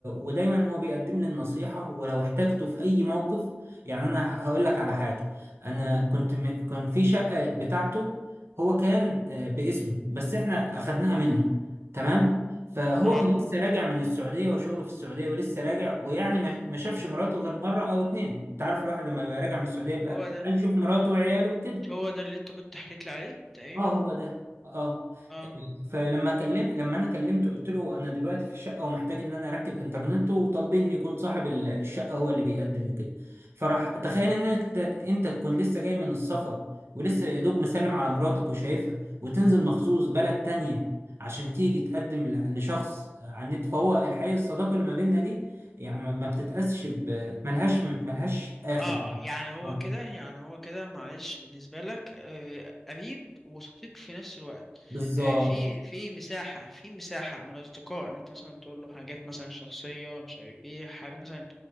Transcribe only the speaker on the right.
ودايما هو بيقدم لي النصيحة ولو احتجته في أي موقف يعني أنا ه- هقول لك على حاجة أنا كنت م... كان في شقة بتاعته هو كان آه، باسمه بس إحنا أخدناها منه تمام فهو
كان لسه راجع من السعودية وشغله في السعودية ولسه راجع ويعني ما ما شافش مراته غير مرة أو اتنين أنت عارف الواحد لما بيبقى راجع من السعودية
عايز يشوف مراته وعياله وكده
اه هو ده اه
فلما كلمت لما انا كلمته قلت له انا دلوقتي في الشقه ومحتاج ان انا اركب انترنت وطالبين يكون صاحب ال- الشقه هو اللي بيقدم وكده فراح تخيل ان انت انت تكون لسه جاي من السفر ولسه يا دوب مسلم على مراتك وشايفها وتنزل مخصوص بلد تانية عشان تيجي تقدم ل- لشخص على النت فهو الحقيقه الصداقه اللي ما بيننا دي يعني ما ما بتتقاسش ب- ملهاش ملهاش اخر
آه،
بالظبط